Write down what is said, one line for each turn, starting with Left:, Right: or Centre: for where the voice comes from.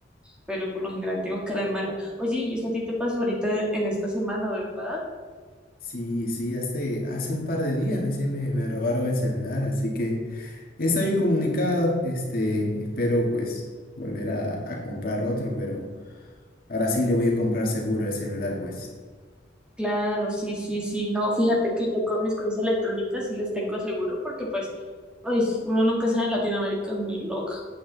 Centre: pero por lo general tengo cara de mala. Oye, y eso a ti te pasó ahorita en esta semana, ¿verdad?
Left: Sí, sí, hace, hace un par de días recién me, me robaron el celular, así que estoy incomunicado. Este, espero pues volver a, a comprar otro, pero ahora sí le voy a comprar seguro el celular, pues.
Centre: Claro, sí, sí, sí. No, fíjate que yo con mis cosas electrónicas sí les tengo seguro porque pues, ay, uno nunca sabe en Latinoamérica, es muy loca.